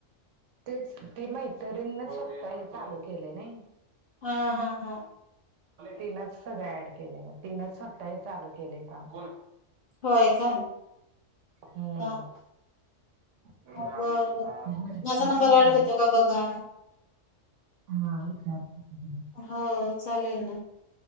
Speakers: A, on the right; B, on the left.
A: तेच ती मैत्रींनीच स्वतः हे चालू केलंय नही
B: हा हा हा
A: तिनंच सगळं ऍड केलंय मग, तिनच सवत्ता हे चालू केलंय काम.
B: होय का.
A: हम्म.
B: ह
A: विचारून
B: मग माझा नंबर
A: आहे
B: होतो का? बघा
A: हा विचारते की तिला.
B: हो, चालेल ना.